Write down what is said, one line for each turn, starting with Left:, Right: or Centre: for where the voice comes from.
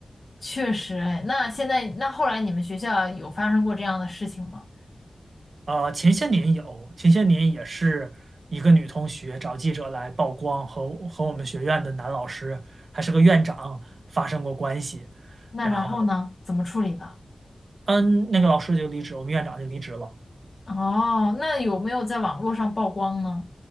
Left: 确实，哎，那现在那后来你们学校有发生过这样的事情吗？
Right: 呃，前些年有，前些年也是一个女同学找记者来曝光和和我们学院的男老师还是个院长发生过关系，
Left: 那然后呢？
Right: 然后
Left: 怎么处理的？
Right: 嗯，那个老师就离职，我们院长就离职了。
Left: 哦，那有没有在网络上曝光呢？